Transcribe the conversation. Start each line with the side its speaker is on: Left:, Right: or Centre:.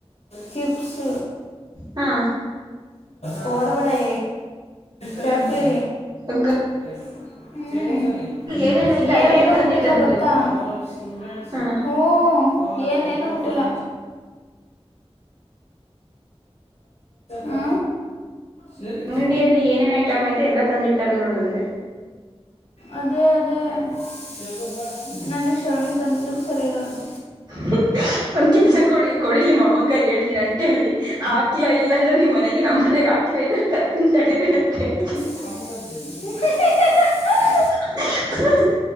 Left: ಚಿಪ್ಸ್.
Right: ಹಾ
Left: ಕೋಡಬಳೆ ಚಕ್ಲಿ.
Right: ಹಗ.
Left: ಎಲ್ಲ <unintelligible> ಹ್ಮಞ
Right: ಏನೇನ್ ಐತೆ
Left: ಏನೇಏನು
Right: ಐಟಮ್ ಎಲ್ಲ
Left: ಮುಟ್ಟಿಲ್ಲ
Right: ತಂದಿಟ್ಟಾರ ಅಂದೆ
Left: ಗೊತ್ತಾ ಹ್ಞೂ.
Right: ಹ
Left: ಏನ್ ಏನ ಮುಟ್ಟಿಲ್ಲ. ಹಾ ಸರಿ
Right: ಅಂಗಡಿಯಲ್ಲಿ
Left: ಸ <unintelligible>
Right: ಏನೇನ್ ಐಟಮ್ ಐತೆ ಎಲ್ಲಾ ತಂದಿಟ್ಟಾರ ನೋಡು ಅಂದೆ
Left: ಅದೇ ಅದೇ <unintelligible> ನನ್ನ ಶಗಣಿ ತಂದಿದ್ದ ಸರಿಗ ಆತು.
Right: ಹ ಒಂದ್ ಕೆಲ್ಸ ಕೊಡಿ ಕೊಡಿ ನಿಮ್ಮ ಅಮ್ಮನ ಕೈ ಹೇಳ್ತೀನಿ ಅಂಟಿ ಹೇಳಿ ಹಾಕ್ಲ ಇಲ್ಲ ಅಂದ್ರೆ ನಿಮ್ ಮನ್ಯಾಗೆ ನಮ್ಮ್ ಮನೆಗ್ ಹಾಕ್. ಕ್ಲಾ ಇದ ತರ್ತಿನ ತಡೀರಿ ಅಂತ ಹೇಳ್ತಿ
Left: ಹೇ
Right: <unintelligible>